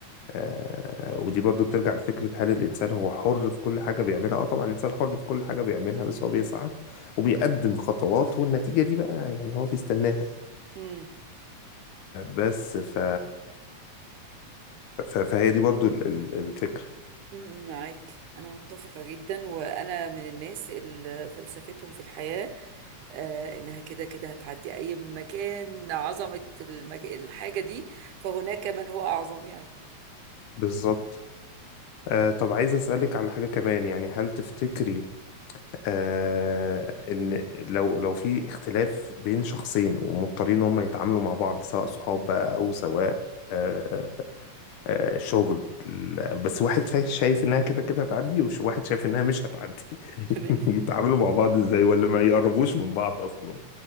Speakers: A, on the left; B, on the right.
A: آه، ودي برضو بترجع لفكرة هل الإنسان هو حر في كل حاجة بيعملها؟ اه طبعا الإنسان حر في كل حاجة بيعملها بس هو بيسعى وبيقدم خطوات والنتيجة دي بقى يعني هو بيستناها
B: مهم.
A: بس ف... ف... فهي دي برضو ال- ال- الفكرة
B: أمم، معاك أنا متفقة جدا وأنا من الناس اللي فلسفتهم في الحياة آه إنها كده كده هتعدي أي مكان عظمة المك... الحاجة دي فهناك من هو أعظم يعني
A: بالظبط آه طب عايز أسألك على حاجة كمان يعني هل تفتكري آه إن لو لو في اختلاف بين شخصين ومضطرين إن هم يتعاملوا مع بعض سواء صحاب بقى أو سواء آه، آه، شغل ال-
B: مم.
A: بس واحد فا- شايف انها كده كده هتعدي وواحد شايف انها مش هتعدي <laughs>
B: تمام
A: يتعاملوا مع بعض ازاي ولا ما يقربوش من بعض اصلا